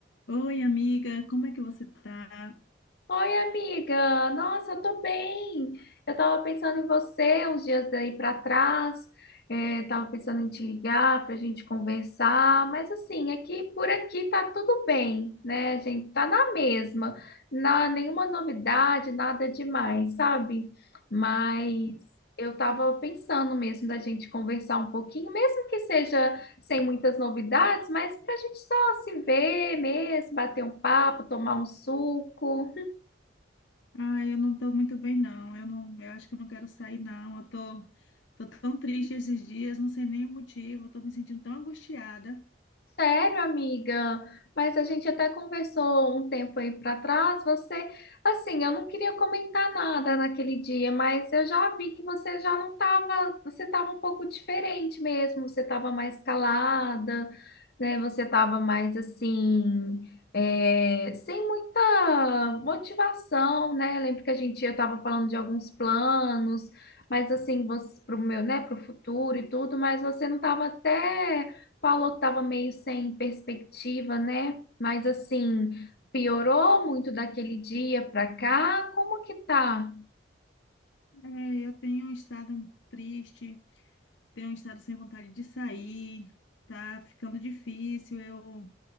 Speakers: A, on the left; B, on the left.
A: Oi, amiga, como é que você tá?
B: Oi, amiga! Nossa, eu tô bem! Eu tava pensando em você uns dias daí pra trás, é, tava pensando em te ligar pra gente conversar, mas assim, aqui por aqui tá tudo bem, né? A gente tá na mesma, na, nenhuma novidade, nada demais, sabe? Mas eu tava pensando mesmo da gente conversar um pouquinho, mesmo que seja sem muitas novidades, mas pra gente só se ver mesmo, bater um papo, tomar um suco.
A: Ah, eu não tô muito bem, não. Eu não, eu acho que eu não quero sair, não. Eu tô, tô tão triste esses dias, não sei nem o motivo. Eu tô me sentindo tão angustiada.
B: Sério, amiga, mas a gente até conversou um tempo aí pra trás. Você, assim, eu não queria comentar nada naquele dia, mas eu já vi que você já não tava, você tava um pouco diferente mesmo, você tava mais calada, né? Você tava mais assim, é, sem muita motivação, né? Eu lembro que a gente, eu tava falando de alguns planos, mas assim, você, pro meu, né, pro futuro e tudo, mas você não tava até. Falou que estava meio sem perspectiva, né? Mas assim, piorou muito daquele dia para cá. Como que tá?
A: É, eu tenho um estado triste, tenho um estado sem vontade de sair. Tá ficando difícil. Eu